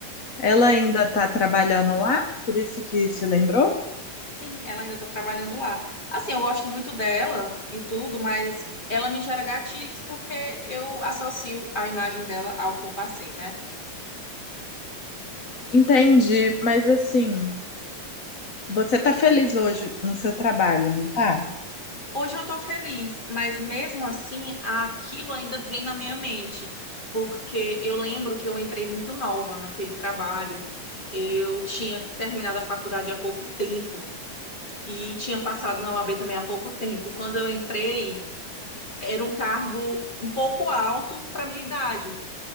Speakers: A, on the left; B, on the left.
A: Ela ainda tá trabalhando lá? Por isso que se lembrou?
B: Sim, ela ainda tá trabalhando lá. Assim, eu gosto muito dela e tudo, mas ela me gera gatilhos porque eu associo a imagem dela ao que eu passei, né?
A: Entendi, mas assim, você tá feliz hoje no seu trabalho, não tá?
B: Hoje eu tô feliz, mas mesmo assim, aquilo ainda vem na minha mente, porque eu lembro que eu entrei muito nova naquele trabalho. Eu tinha terminado a faculdade há pouco tempo e tinha passado na OAB também há pouco tempo. E quando eu entrei, era um cargo um pouco alto para minha idade.